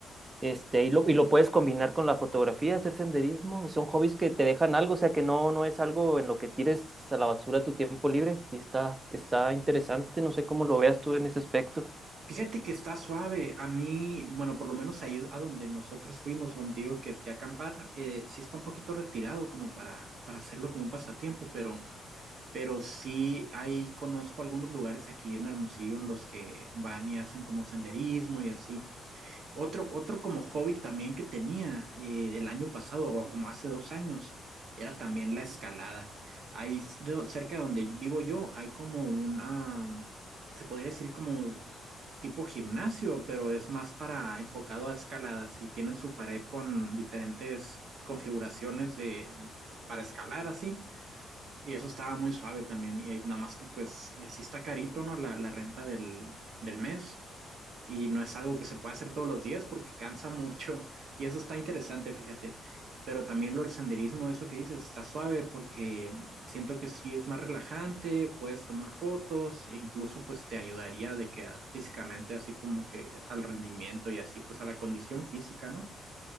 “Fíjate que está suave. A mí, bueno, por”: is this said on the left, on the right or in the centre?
Right